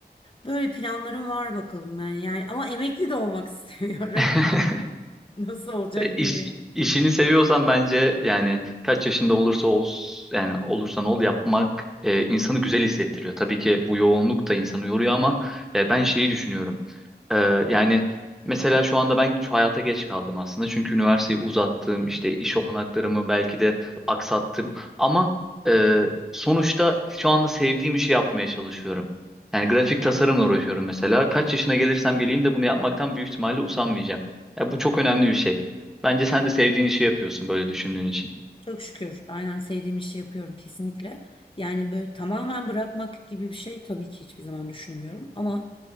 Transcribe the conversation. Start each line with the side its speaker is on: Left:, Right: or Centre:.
Left: Böyle planlarım var bakalım ben yani. Ama emekli de olmak <laughs> istiyorum.
Centre: <laughs>
Left: Nasıl olacak
Centre: E, İş,
Left: bilmiyorum.
Centre: işini seviyorsan bence yani kaç yaşında olursa ol yani olursan ol yapmak e, insanı güzel hissettiriyor. Tabii ki bu yoğunluk da insanı yoruyor ama ya ben şeyi düşünüyorum. E, yani mesela şu anda ben şu hayata geç kaldım aslında. Çünkü üniversiteyi uzattım, işte iş olanaklarımı belki de aksattım ama e, sonuçta şu anda sevdiğim işi yapmaya çalışıyorum. Yani grafik tasarımla uğraşıyorum mesela. Kaç yaşına gelirsem geleyim de bunu yapmaktan büyük ihtimalle usanmayacağım. Ya bu çok önemli bir şey. Bence sen de sevdiğin işi yapıyorsun böyle düşündüğün için.
Left: Çok şükür aynen sevdiğim işi yapıyorum kesinlikle. Yani böyle tamamen bırakmak gibi bir şey tabii ki hiçbir zaman düşünemiyorum. Ama